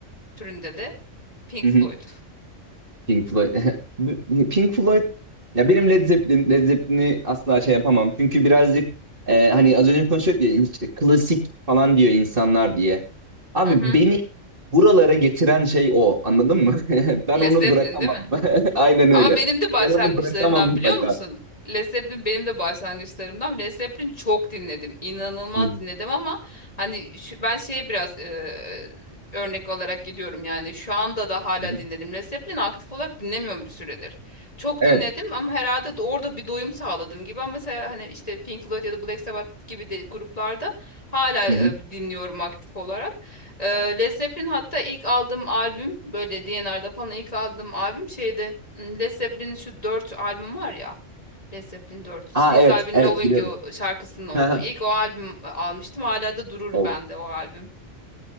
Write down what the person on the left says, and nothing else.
türünde de Pink
Floyd.
Hı hı.
Led
Zeppelin
değil mi?
Ama benim de başlangıçlarımdan
biliyor musun? Led Zeppelin benim de başlangıçlarımdan. Led Zeppelin çok dinledim. İnanılmaz
dinledim ama hani şu- ben şeye biraz e, örnek olarak gidiyorum yani şu anda da hala
dinledim. Led Zeppelin aktif olarak dinlemiyorum bir süredir. Çok
dinledim ama herhalde de orada bir doyum sağladım gibi ama mesela hani işte Pink Floyd ya da Black Sabbath gibi de gruplarda hala
e,
dinliyorum aktif olarak. Ee, Led Zeppelin hatta ilk aldığım albüm böyle D&R'da falan ilk aldığım albüm şeyde hmm, Led Zeppelin şu 4 albüm var ya. Led Zeppelin 4. Since
I've Been
Loving
You şarkısının olduğu.
İlk o albüm e, almıştım. Hala da durur
bende o albüm.